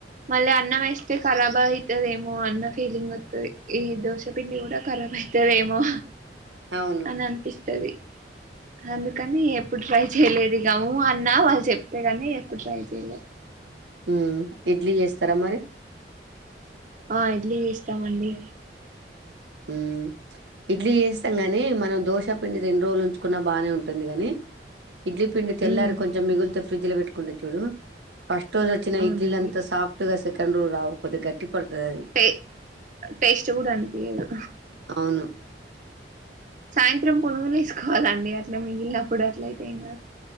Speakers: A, on the right; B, on the right.
A: మళ్ళ అన్నం వేస్తే కరాబు అయితదేమో అన్న ఫీలింగ్ ఈ దోశపిండి కూడా ఖరాబ్ అయితదేమో
B: అవును
A: అని అనిపిస్తది అందుకని ఎప్పుడు ట్రై చేయలేదు ఉ అన్నా వాళ్ళు చెప్తేగానీ ఎప్పుడు ట్రై చెయలే
B: ఉమ్ ఇడ్లీ చేస్తారా మరి
A: ఆ ఇడ్లీ వేస్తామండి
B: ఉమ్ ఇడ్లీ చేస్తాం గాని మనం దోశ పిండి రెండు రోజులు ఉంచుకున్న బానే ఉంటుంది గానీ ఇడ్లీ పిండి తెల్లారి
A: ఉమ్
B: కొంచెం మిగిలితే ఫ్రిడ్జ్ లో పెట్టుకుంట చూడు ఫస్ట్ రోజు వచ్చిన
A: అవునండి
B: ఇడ్లీలంతా సాప్ట్ గా సేకండ్ రోజు రావ్ కొద్ది గట్టి పడుతది అది
A: టే టేస్ట్ కూడా అనిపియదు
B: అవును
A: సాయంత్రం పునుగులు వేసుకోవాలండి అట్లా మిగిలినప్పుడు అట్ల అయితే ఏం కావ్